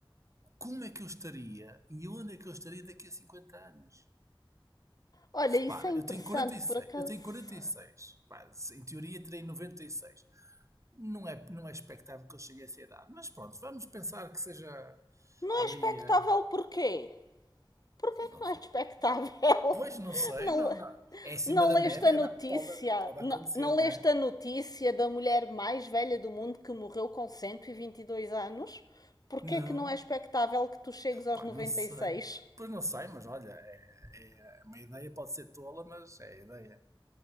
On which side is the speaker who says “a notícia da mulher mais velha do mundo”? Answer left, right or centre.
Left